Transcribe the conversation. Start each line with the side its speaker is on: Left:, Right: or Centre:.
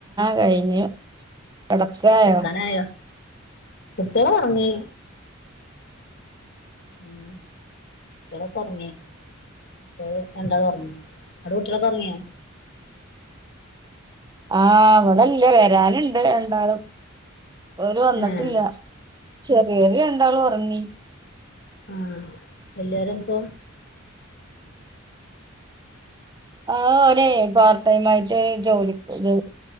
Right: കഴിഞ്ഞു കെടക്കായോ
Left: കെടക്കാനായോ
Right: അത്
Left: കുട്ടികള് ഒറങ്ങി ഉം ഇപ്പള ഉറങ്ങേ ഇപ്പള് രണ്ടാള് ഉറങ്ങി അവിടെ വീട്ടിലൊക്കെ ഉറങ്ങിയാ
Right: ആ അവളല്ല വരാനുണ്ട് രണ്ടാളും അവര് വന്നിട്ടില്ല
Left: ഏഹ്
Right: ചെറിയാള് രണ്ടാൾ ഉറങ്ങി
Left: ആ എല്ലാരുംപ്പോ
Right: ആ ഒനേ വാർത്തമായിട്ട് ജോലി ഇത്